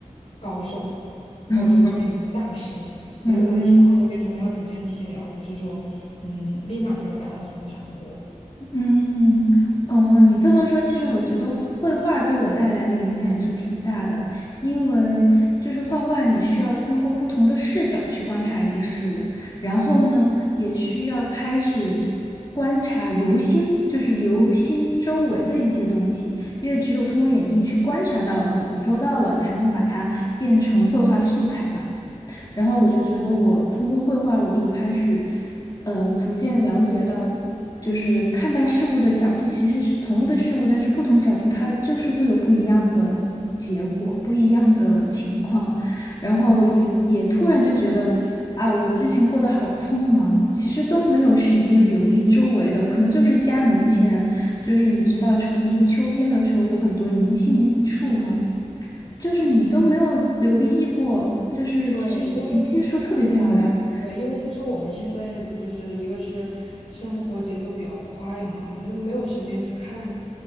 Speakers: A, on the left; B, on the left.
A: 高手了，或者就是一个大师了。
B: 嗯 <laughs>
A: 我的我的想法就变成了要逐渐积累，
B: 嗯。
A: 而不是说，嗯，立马就要达到什么成果。
B: 嗯，哦，你这么说，其实我觉得绘画对我带来的影响也是挺大的，因为就是画画，你需要通过不同的视角去观察一个事物，然后呢，也需要开始观察流星，就是流星周围的一些东西，因为只有通过眼睛去观察到了、捕捉到了，才能把它变成绘画素材嘛。然后我就觉得我通过绘画，我就开始，呃，逐渐了解到，就是看待事物的角度其实是同一个事物，但是不同角度它就是会有不一样的结果，不一样的情况。然后也也突然就觉得啊，我之前过得好匆忙，其实都没有时间留意周围的，可能就是家门前，就是你知道成都秋天的时候有很多银杏树吗？就是你都没有留意过，
A: 嗯，
B: 就是其实银杏树特别漂亮，
A: 对，因为对，因为就是我们现在就是一个是生活节奏比较快嘛，就是没有时间去看，